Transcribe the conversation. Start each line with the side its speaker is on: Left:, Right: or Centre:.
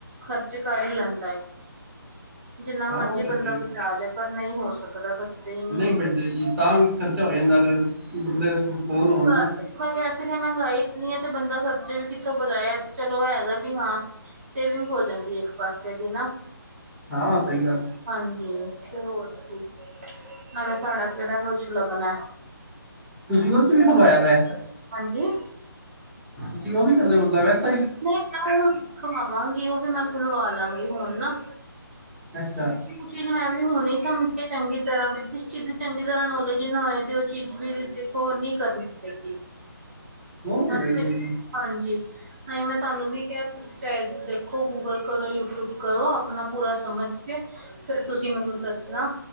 Right: ਖ਼ਰਚ ਕਰ ਹੀ ਲੈਂਦਾ ਹੈਏ ਜਿੰਨਾ
Centre: ਹਾਂ
Right: ਮਰਜੀੀ
Centre: ਉਹ ਤਾਂ ਸਹੀ
Right: ਬੰਦਾ ਬਚਾ
Centre: ਗੱਲ
Right: ਲੇ ਪਰ ਨਹੀਂ ਹੋ ਸਕਦਾ ਬਚਦੇ ਹੀ
Centre: ਨਹੀਂ
Right: ਹੈਗੇ।
Centre: ਬ ਤਾਂ ਵੀ ਖਰਚਾ ਹੋ ਜਾਂਦਾ ਅਗਰ ਬੰਦੇ ਫੋਨ ਹੋਣ
Right: ਘਰ
Centre: ਨਾ।
Right: ਮੈਂ ਕਹਿ ਤ ਹ ਮਹਿੰਗਾਈ ਏਨੀ ਆ ਤੇ ਬੰਦਾ ਖਰਚਾ ਵੀ ਕਿੱਥੋਂ ਵਧਾਇਆ ਤੇ ਚਲੋ ਹੈਗਾ ਵੀ ਹਾਂ। ਸੇਵਿੰਗ ਹੋ ਜਾਂਦੀ ਇੱਕ ਪਾਸੇ ਦੀ ਨਾ।
Centre: ਹਾਂ ਸਹੀ ਗੱਲ ਹੈ
Right: ਹਾਂਜੀ ਤੇ ਹੋਰ ਕੀ ਨਾਲੇ ਸਾਡਾ ਕਿੜਾ ਕੁਛ ਲੱਗਨੈ
Centre: ਤੁਸੀਂ <unintelligible> ਉਸ ਦੇ ਵਿੱਚ ਵੀ ਖਲਵਾਇਆ ਦਾ
Right: ਹਾਂਜੀ
Centre: ਤੁਸੀਂ ਉਹ ਵੀ ਕਰਦੇ ਹੋ ਮਤਲਬ ਵੈਸ <inaudible>
Right: ਨਹੀਂ ਮੈਂ ਉਹ ਖਵਾਵਾਂਗੀ ਉਹ ਵੀ ਮੈਂ ਖੁਲਵਾ ਲਾਂਗੀ ਹੁਣ ਨਾ
Centre: ਅੱਛਾ
Right: ਕਿਉਂਕਿ ਉਹ ਚੀਜ਼ ਮੈਂ ਵੀ ਹੁਣ ਹੀ ਸਮਝਿਆ ਚੰਗੀ ਤਰ੍ਹਾਂ ਵੀ ਜਿਸ ਚੀਜ਼ ਦੀ ਚੰਗੀ ਤਰ੍ਹਾਂ ਨੌਲੇਜ ਨਾ ਹੋਏ ਤੇ ਉਹ ਚੀਜ਼ ਵੀ ਤੇ ਹੋਰ ਨੀ ਕਰਨੀ ਚਾਹੀਦੀ
Centre: ਬਹੁਤ
Right: <unintelligible>
Centre: ਹੈ ਜੀ
Right: ਹਾਂਜੀ ਤਾਈਂ ਮੈਂ ਤਾਨੂੰ ਵੀ ਕਿਆ ਤੁਸੀਂ ਚਾਏ ਦੇਖੋ ਗੂਗਲ ਕਰੋ ਯੂਟਿਊਬ ਕਰੋ ਆਪਣਾ ਪੂਰਾ ਸਮਝ ਫੇਿਰ ਤੁਸੀਂ ਮੈਨੂੰ ਦੱਸਣਾ